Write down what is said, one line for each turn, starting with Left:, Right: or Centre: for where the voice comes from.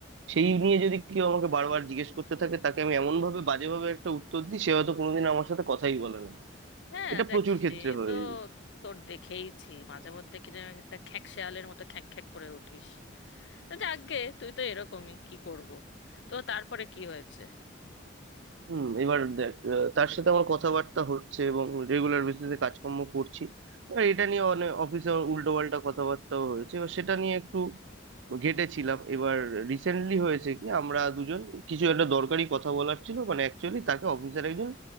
Right: সেই নিয়ে যদি কেউ আমাকে বারবার জিজ্ঞেস করতে থাকে তাকে আমি এমন ভাবে বাজেভাবে একটা উত্তর দিই সে হয়তো কোনোদিন আমার সাথে কথাই বলে না
Left: হ্যাঁ
Right: এটা
Left: দেখ
Right: প্রচুর
Left: সে
Right: ক্ষেত্রে হয়ে
Left: তো
Right: যায়
Left: তোর দেখেইছি মাঝে মধ্যে কিরকম একটা খ্যাঁক শেয়ালের মতো খ্যাঁক খ্যাঁক করে উঠিস তো যাকগে তুই তো এরকমই কি করব তো তারপরে কি হয়েছে
Right: হুম এবার দেখ আহ, তার সাথে আমার কথাবার্তা হচ্ছে এবং রেগুলার বেসিসে কাজকর্ম করছি এবার এটা নিয়ে অনেক অফিসে উল্টো পাল্টা কথাবার্তাও হয়েছে এবার সেটা নিয়ে একটু ঘেঁটেছিলাম এবার রিসেন্টলি হয়েছে কি আমরা দুজন কিছু একটা দরকারি কথা বলার ছিল মানে অ্যাকচুয়ালি তাকে অফিসার একজন